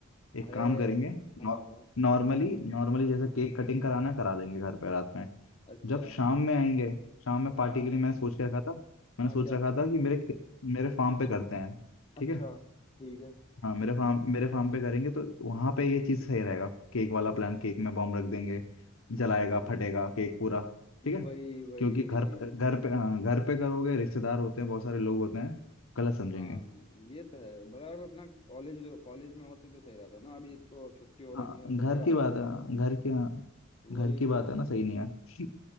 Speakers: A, on the left; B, on the left.
A: एक
B: अरे
A: काम करेंगे
B: हाँ बताओ
A: नॉर्मली नॉर्मली जैसे केक कटिंग कराना है, करा देंगे घर पे रात में
B: अच्छा
A: जब शाम में आएंगे शाम में पार्टी
B: हाँ
A: के लिए मैंने सोच के रखा था मैंने
B: हाँ
A: सोच
B: क्या
A: रखा था कि मेरे खे- मेरे फार्म पे करते हैं
B: अच्छा
A: ठीक है
B: ठीक है
A: हाँ मेरे फार्म मेरे फार्म पे करेंगे तो वहां पे ये चीज सही रहेगा केक वाला प्लान केक में बॉम्ब रख देंगे जलाएगा
B: हाँ
A: फटेगा केक पूरा ठीक है
B: वही वही
A: क्योंकि घर पे घर पे हाँ, घर पे करोगे रिश्तेदार होते हैं बहुत सारे लोग होते हैं गलत समझेंगे
B: हाँ ये तो है बराबर अपना कॉलेज कॉलेज में होते तो सही रहता ना अभी तो छुट्टी हो रखी
A: हाँ
B: है तो, तो
A: घर
B: घर आ
A: की बात
B: रखे
A: है
B: हैं
A: घर की हाँ,
B: वही
A: घर की बात
B: तो
A: है ना सही नहीं है